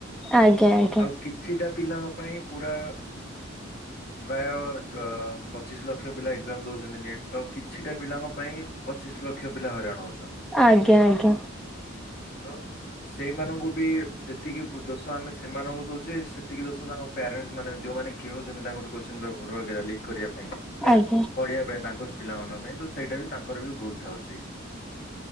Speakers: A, in the centre; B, on the left.
A: ଆଜ୍ଞା ଆଜ୍ଞା
B: ଆଉ କିଛିଟା ପିଲାଙ୍କ ପାଇଁ ପୁରା ପ୍ରାୟ ପଚିଶ ଲକ୍ଷ ପିଲା ଏକ୍ସାମ ଦଉଛନ୍ତି ନୀଟ ତ କିଛିଟା ପିଲାଙ୍କ ପାଇଁ ପଚିଶ ଲକ୍ଷ ମୁଖ ପିଲା ହଇରାଣ ହଉଛନ୍ତି।
A: ଆଜ୍ଞା ଆଜ୍ଞା
B: ତ ସେଇମାନଙ୍କୁ ବି ଯେତିକି ଦୋଷ ଆମେ ସେମାନଙ୍କୁ ଦଉଛେ ସେତିକି ଦୋଷ ତାଙ୍କ ପ୍ୟାରେଣ୍ଟ ମାନେ ଯୋଉମାନେ କିଣୁଛନ୍ତି ତାଙ୍କ ଗୋଟେ କୋ୍ଚ ପେପର ଲିକ୍ କରିବା ପାଇଁ। ମାନ
A: ଆଜ୍ଞା ଆଜ୍ଞା
B: ପଢିବା ପାଇଁ ତାଙ୍କ ପିଲାମାନାନଙ୍କ ପାଇଁ ତ ସେଇଟା ବି ତାଙ୍କର ବି ଭୁଲ ଥାଉଛି।